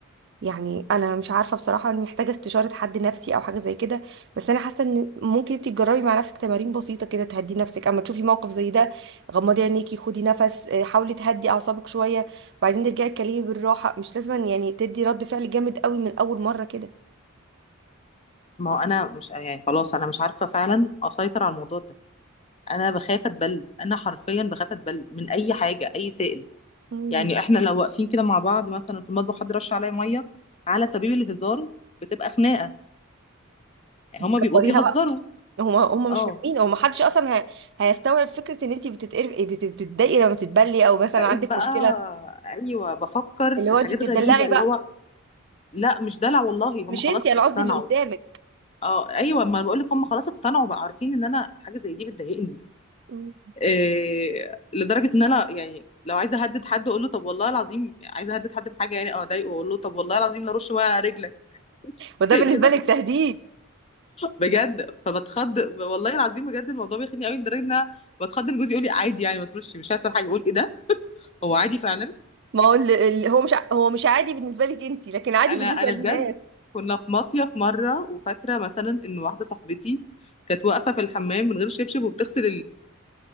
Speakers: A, on the right; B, on the left.
A: يعني انا مش عارفه بصراحه انا محتاجه استشاره حد نفسي او حاجه زي كده بس انا حاسه ان ممكن انت تجربي مع نفسك تمارين بسيطه كده تهدي نفسك اما تشوفي موقف زي ده غمضي عينيكي خدي نفس آه، حاولي تهدي اعصابك شويه وبعدين ترجعي تكلمي بالراحه مش لازم يعني تدي رد فعل جامد قوي من اول مره كده
B: ما هو انا مش يعني خلاص انا مش عارفه فعلا اسيطر على الموضوع ده انا بخاف اتبل انا حرفيا بخاف اتبل من اي حاجه اي سائل
A: مم.
B: يعني احنا لو واقفين كده مع بعض مثلا في المطبخ حد رش عليا ميه على سبيل الهزار بتبقى خناقه يعني
A: بتكبريها
B: هما بيبقوا بيهزروا
A: بقى هم هم
B: اه
A: مش فاهمين هو ما حدش اصلا ه- هيستوعب فكره ان انت بتتقرفي بت- بتتضايقي لما تتبلي او مثلا
B: بقيت
A: عندك
B: بقى
A: مشكله
B: ايوه بفكر
A: اللي
B: في
A: هو
B: حاجات
A: انت بتتدلعي
B: غريبه اللي
A: بقى
B: هو لا مش دلع والله
A: مش
B: هم خلاص
A: انت انا
B: اقتنعوا
A: قصدي اللي قدامك
B: اه ايوه ما بقول لك هم خلاص اقتنعوا بقى عارفين ان انا حاجه زي دي بتضايقني
A: مم.
B: إيه لدرجه ان انا يعني لو عايزه اهدد حد اقول له طب والله العظيم عايزه اهدد حد بحاجه يعني او اضايقه اقول له طب والله العظيم لا رش ميه على رجلك <laughs>
A: وده
B: تخيل
A: بالنسبه لك تهديد
B: بجد فبتخض والله العظيم بجد الموضوع بيخني قوي لدرجه ان انا بتخض ان جوزي يقول لي عادي يعني ما ترش مش هيحصل حاجه اقول ايه ده هو عادي فعلا
A: ما هو ال- ال- هو مش ع- هو مش عادي بالنسبة لك انت لكن عادي
B: انا
A: بالنسبة
B: انا بجد
A: للناس
B: كنا في مصيف مره وفاكره مثلا ان واحده صاحبتي كانت واقفه في الحمام من غير شبشب وبتغسل